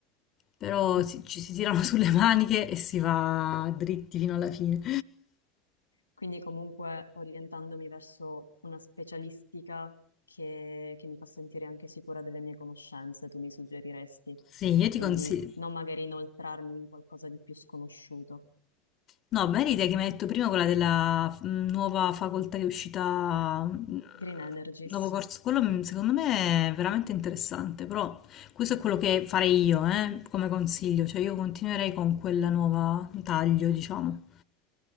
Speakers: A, on the left; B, on the left.
A: però
B: <laughs>
A: si- ci si tirano <laughs> sulle maniche e si va dritti fino alla fine.
B: Quindi comunque orientandomi verso una specialistica che, che mi fa sentire anche sicura delle mie conoscenze, tu mi suggeriresti.
A: Sì, io ti
B: Quindi
A: consiglio.
B: non magari inoltrarmi in qualcosa di più sconosciuto.
A: No, bella idea che mi hai detto prima, quella della mm, nuova facoltà che è uscita, mm,
B: Green Energies.
A: nuovo corso, quello mm, secondo me è veramente interessante, però questo è quello che farei io, eh, come consiglio, cioè io continuerei con quella nuova taglio, diciamo.